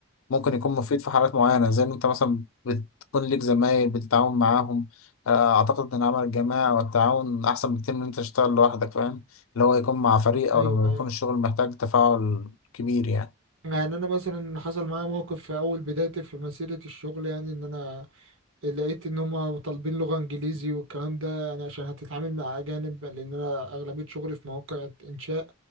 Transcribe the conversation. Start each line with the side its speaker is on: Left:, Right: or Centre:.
Left: ممكن يكون مفيد في حالات معينه زي ان انت مثلا بتكون ليك زمايل بتتعاون معاهم آه، اعتقد ان العمل الجماعي والتعاون احسن بكتير من إن انت تشتغل لوحدك فاهم اللي هو يكون مع فريق
Right: ايوه
Left: او لما
Right: ايوه
Left: يكون الشغل محتاج تفاعل كبير يعني
Right: يعني انا مثلا حصل معايا موقف في اول بدايتي في مسيره الشغل يعني ان انا لقيت ان هم طالبين لغة انجليزي والكلام ده يعني عشان هتتعامل مع اجانب لان انا اغلبية شغلي في مواقع انشاء